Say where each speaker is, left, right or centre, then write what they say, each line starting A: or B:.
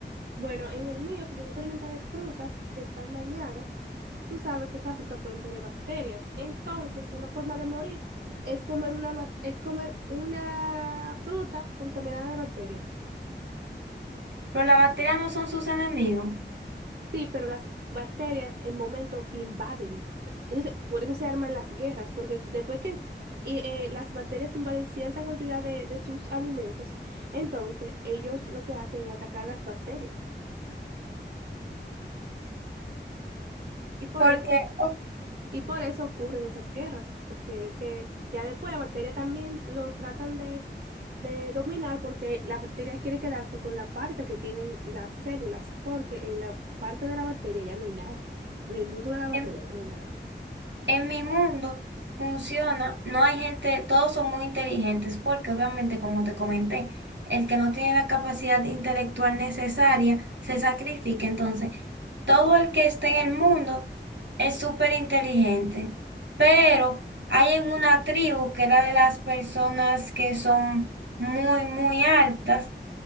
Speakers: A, on the right (about 55°); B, on the right (about 75°).
A: Bueno, en el mío, como tú te alimentas de frutas que están dañadas, tú sabes que esas frutas pueden tener bacterias. Entonces, una forma de morir es comer una, ma- es comer una fruta contaminada de bacterias.
B: Pero las bacterias no son sus enemigos,
A: Sí, pero las bacterias en momento invaden. Entonces, por eso se arman las guerras, porque después que eh, eh, las bacterias invaden cierta cantidad de, de sus alimentos, entonces ellos lo que hacen es atacar las bacterias. Y por
B: porque
A: eso,
B: o-
A: y por eso ocurren esas guerras, porque que ya después la bacteria también lo tratan de, de dominar, porque la bacteria quiere quedarse con la parte que tienen las células, porque en la parte de la bacteria ya no hay nada. En el mundo de la bacteria
B: em,
A: ya no hay nada.
B: En mi mundo funciona, no hay gente, todos son muy inteligentes porque obviamente, como te comenté, el que no tiene la capacidad intelectual necesaria se sacrifica. Entonces, todo el que esté en el mundo es súper inteligente, pero hay en una tribu que era de las personas que son muy, muy altas,